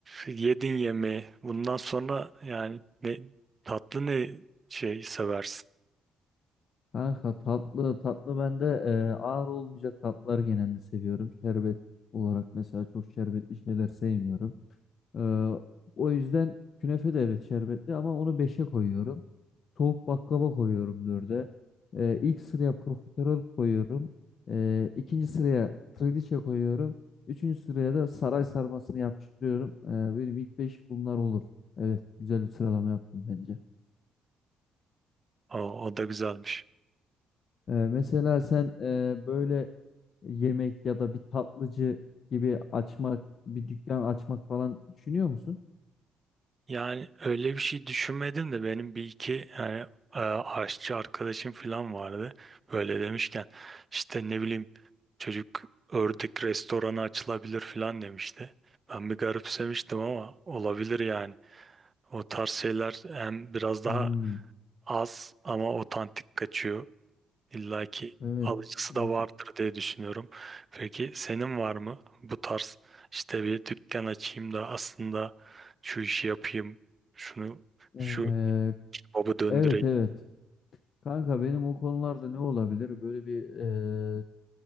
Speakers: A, on the right (about 35°); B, on the left (about 55°).
A: yedin yemeği. Bundan sonra yani ne, tatlı ne şey seversin?
B: Kanka tatlı tatlı ben de e, ağır olmayacak tatlılar genelde seviyorum. Şerbet olarak mesela çok şerbetli şeyler sevmiyorum. Ee, o yüzden künefe de evet şerbetli ama onu beşe koyuyorum. Soğuk baklava koyuyorum dörde, Ee, ilk sıraya profiterol koyuyorum. Ee, ikinci sıraya trileçe koyuyorum. Üçüncü sıraya da saray sarmasını yapıştırıyorum. Ee, benim ilk 5 bunlar olur. Evet güzel bir sıralama yaptım bence.
A: O, o da güzelmiş.
B: Ee, mesela sen e, böyle yemek ya da bir tatlıcı gibi açmak, bir dükkan açmak falan düşünüyor musun?
A: Yani öyle bir şey düşünmedim de benim bir iki yani e, aşçı arkadaşım falan vardı. Böyle demişken işte ne bileyim çocuk ördek restoranı açılabilir falan demişti. Ben bir garipsemiştim ama olabilir yani. O tarz şeyler hem biraz
B: Hmm,
A: daha az ama otantik kaçıyor. İlla ki
B: evet.
A: alıcısı
B: Evet.
A: da vardır diye düşünüyorum. Peki senin var mı bu tarz işte bir dükkan açayım da aslında şu işi yapayım, şunu şu
B: Ee,
A: kebabı döndüreyim
B: Evet evet. Kanka benim o konularda ne olabilir? Böyle bir e,